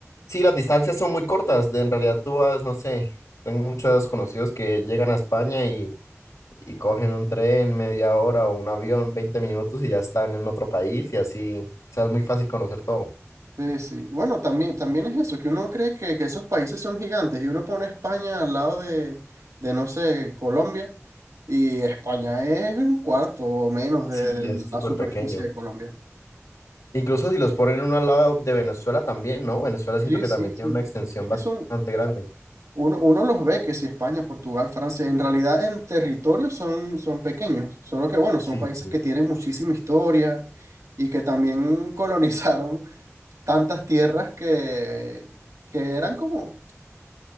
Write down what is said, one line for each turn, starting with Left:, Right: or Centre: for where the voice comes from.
Left: Sí, las distancias son muy cortas. De, en realidad tú vas, no sé, tengo muchos conocidos que llegan a España y y cogen un tren media hora o un avión 20 minutos y ya están en otro país y así, o sea, es muy fácil conocer todo.
Right: Sí, sí. Bueno, también, también es eso, que uno cree que, que esos países son gigantes y uno pone España al lado de, de no sé, Colombia, y España es un cuarto o menos de
Left: Sí,
Right: de
Left: es súper
Right: la superficie
Left: pequeño.
Right: de Colombia.
Left: Incluso si los ponen uno al lado de Venezuela también, ¿no? Venezuela siento
Right: Sí,
Left: que
Right: sí,
Left: también
Right: sí.
Left: tiene una extensión
Right: Es que
Left: bastante
Right: son,
Left: grande.
Right: uno, uno los ve que si España, Portugal, Francia, en realidad en territorio son, son pequeños, solo que bueno, son
Left: Sí,
Right: países
Left: sí.
Right: que tienen muchísima historia y que también <laughs> colonizaron tantas tierras que, que eran como,